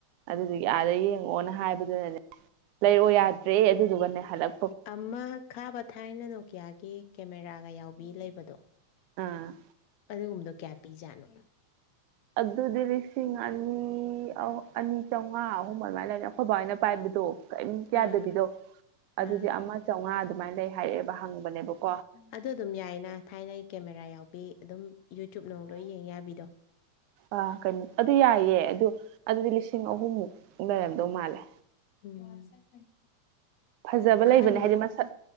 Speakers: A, on the right; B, on the left.
A: ꯑꯗꯨꯗꯨꯒꯤ ꯑꯥꯗ ꯌꯦꯡꯉꯛꯑꯣꯅ ꯍꯥꯏꯕꯗꯨꯅꯅꯦ ꯂꯩꯔꯛꯑꯣ ꯌꯥꯗ꯭ꯔꯦ ꯑꯗꯨꯗꯨꯒꯅꯦ ꯍꯜꯂꯛ
B: ꯑꯃ ꯈꯥꯕ ꯊꯥꯏꯅ ꯅꯣꯀꯤꯌꯥꯒꯤ ꯀꯦꯃꯦꯔꯥꯒ ꯌꯥꯎꯕꯤ ꯂꯩꯕꯗꯣ
A: ꯑꯥ
B: ꯑꯗꯨꯒꯨꯝꯕꯗꯣ ꯀꯌꯥ ꯄꯤꯖꯥꯠꯅꯣ
A: ꯑꯗꯨꯗꯤ ꯂꯤꯁꯤꯡ ꯑꯅꯤ ꯑꯅꯤ ꯆꯥꯝꯃꯉꯥ ꯑꯍꯨꯝ ꯑꯗꯨꯃꯥꯏ ꯂꯩꯔꯝ ꯈꯣꯏ ꯕꯥꯍꯣꯏꯅ ꯄꯥꯏꯕꯗꯣ ꯀꯔꯤꯝꯇ ꯌꯥꯗꯕꯤꯗꯣ
B: ꯑꯥ
A: ꯑꯗꯨꯗꯤ
B: ꯑꯥ
A: ꯑꯃ ꯆꯥꯝꯃꯉꯥ ꯑꯗꯨꯃꯥꯏꯅ ꯂꯩ ꯍꯥꯏꯔꯛꯑꯦꯕ ꯍꯪꯕꯅꯦꯕꯀꯣ
B: ꯑꯗ ꯑꯗꯨꯝ ꯌꯥꯏꯅ ꯊꯥꯏꯅ ꯀꯦꯃꯦꯔꯥ ꯌꯥꯎꯕꯤ ꯑꯗꯨꯝ ꯌꯨꯇ꯭ꯌꯨ ꯅꯨꯡ ꯂꯣꯏ ꯌꯦꯡ ꯌꯥꯕꯤꯗꯣ
A: ꯑꯥ ꯀꯩꯅꯣ ꯑꯗꯨ ꯌꯥꯏꯌꯦ ꯑꯗꯨ ꯑꯗꯨꯗꯤ ꯂꯤꯁꯤꯡ ꯑꯍꯨꯝꯃꯨꯛ ꯂꯩꯔꯝꯗꯧ ꯃꯥꯜꯂꯦ
B: ꯎꯝ
A: ꯐꯥꯖꯕ ꯂꯩꯕꯅꯦ
B: ꯑꯍꯟ
A: ꯍꯥꯏꯗꯤ ꯃꯁꯛ